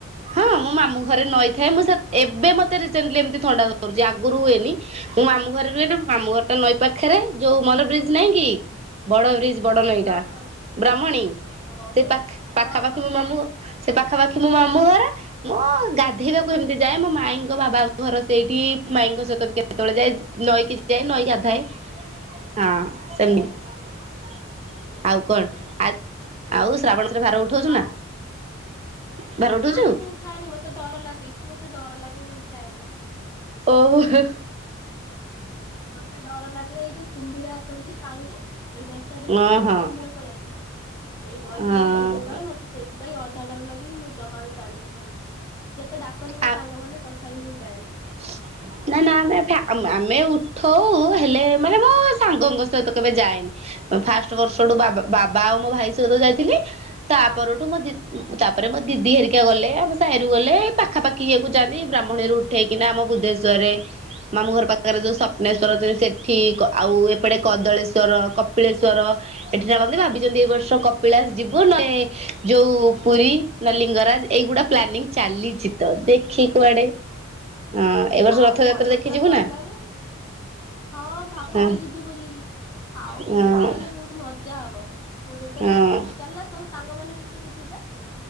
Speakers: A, on the right; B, on the left.
A: ହଁ ମୋ ମାମୁଁ ଘରେ ନଈ ଥାଏ ମୁଁ ସେତ୍- ଏବେ ମୋତେ ରିସେଣ୍ଟ୍ଲି ଏମିତି ଥଣ୍ଡା ଧରୁଚି ଆଗୁରୁ ହୁଏନି। ମୁଁ ମାମୁଁ ଘରେ ରୁହେ ମାମୁଁ ଘର ଟା ନଈ ପାଖେରେ ଯଉ ମନ ବ୍ରିଜ୍ ନାଇଁ କି ବଡ ବ୍ରିଜ୍ ବଡ ନଈଟା
B: ହଁ ହଁ।
A: ବ୍ରାହ୍ମଣୀ
B: ଓହୋ।
A: ସେ ପାଖ- ପାଖାପାଖି
B: ହଁ ହଁ।
A: ମୋ ମାମୁଁଘର ସେ ପାଖାପାଖି ମୋ ମାମୁଁ ଘର ମୁଁ ଗାଧେଇବାକୁ ଏମିତି
B: ଆଚ୍ଛା
A: ଯାଏ ମୋ ମାଇଁଙ୍କ ବାବା ଘର ସେଇଠି ମାଇଁ ଙ୍କ ସହିତ ବି କେତେବେଳେ ଯାଏ ନଈକି ଯାଏ ନଈ ଗାଧାଏ। ହଁ ସେମିତି ଆଉ କଣ ଆ ଆଉ ଶ୍ରାବଣ ମାସରେ ଭାର ଉଠଉଚୁ
B: ଆଉ
A: ନା? ଭାର ଉଠଉଛୁ
B: ନାଇଁ ମୁଁ ଉଠାଏନି ମତେ ଡର ଲାଗେ ମତେ ଡର ଲାଗେ ମୁଁ ଉଠାଏ ନା।
A: ଓ ହ।
B: ମତେ ଡର ଲାଗେ ଏଇ ଯଉ କୁମ୍ଭୀର ଆସନ୍ତି ପାଣି ରେ ଏଇ ବର୍ଷ ସେଦିନ
A: ହଁ
B: ଠୁ ଅଧା
A: ହଁ।
B: କୁମ୍ଭୀର ପଳେଇ ଆସନ୍ତି ଏଇ ନଈ
A: ହଁ
B: ଫଇ ରେ ଥିବେ କାଳେ ମତେ ସେଇଥିପାଇଁ ଅଧା ଡର ଲାଗେ ମୁଁ ଜମା ବି ପାଣି ପଠାଏନି ଯେତେ ଡାକନ୍ତିି ମ
A: ଆ
B: ସାଙ୍ଗମାନେ ତ ଖାଇଲୁ ଯାହେଲେ।
A: <inaudible> ନା ନା, ଆମେ ଏଫେ ଆମେ ଆମେ ଉଠଉ, ହେଲେ ମାନେ ମୋ ସାଙ୍ଗଙ୍କ ସହିତ କେବେ ଯାଏନି। ଫାଷ୍ଟ ବର୍ଷଠୁ ବାବା ବାବା ଆଉ ମୋ ଭାଇ ସହିତ ଯାଇଥିଲି, ତାପରଠୁ
B: ହଁ ହଁ
A: ମୋ ଦି ଉଁ ତାପରେ ମୋ ଦିଦି ହେରିକା ଗଲେ, ଆମ ସାହିରୁ ଗଲେ, ପାଖାପାଖି ଇଏକୁ ଯାଆନ୍ତିି, ବ୍ରାହ୍ମଣୀରୁ ଉଠେଇକିନା ଆମ ବୁଦ୍ଧେଶ୍ୱରରେ, ମାମୁ ଘର ପାଖରେ ଯଉ ସପ୍ନେଶ୍ୱର ଅଛନ୍ତି, ସେଠି କ ଆଉ ଏ ସେପଟେ କଦଳେଶ୍ଵର,
B: ଓହୋ।
A: କପିଳେଶ୍ଵର ଏଠି <unintelligible> ଭାବିଛନ୍ତି ଏଇ ବର୍ଷ
B: ହୁଁ
A: କପିଳାସ
B: ହୁଁ।
A: ଯିବୁ, ନ ଏ ଯଉ ପୁରୀ, ନ ଲିଙ୍ଗରାଜ, ଏଇଗୁଡ଼ା ପ୍ଲାନିଂ ଚାଲିଛି। ତ ଦେଖି
B: ହୁଁ
A: କୁଆଡେ
B: ହୁଁ
A: ହଁ ଏ ବର୍ଷ
B: ଆଉ
A: ରଥଯାତ୍ରା
B: ପରୀକ୍ଷା
A: ଦେଖି
B: ତ
A: ଯିବୁ
B: ସରିଲାଣି।
A: ନା
B: ହଁ, ଭାବୁଛି
A: ହଁ
B: ଯିବି ବୋଲିକି। ଆଉ
A: ହଁ
B: ପୁରୀ ତ ଗଲେ ବହୁତ ମଜା ହବ, ପୁରୀରେ ତ
A: ହଁ।
B: ଜାଣିଥିବୁ, ଚାଲୁନ, ସବୁ ସାଙ୍ଗମାନେ ମିଶିକି ଯିବା।